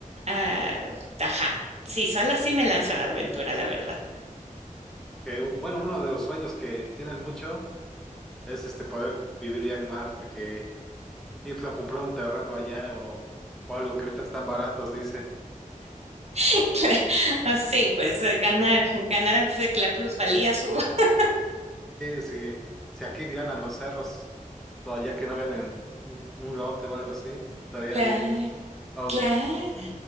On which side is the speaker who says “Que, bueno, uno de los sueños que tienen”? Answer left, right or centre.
Centre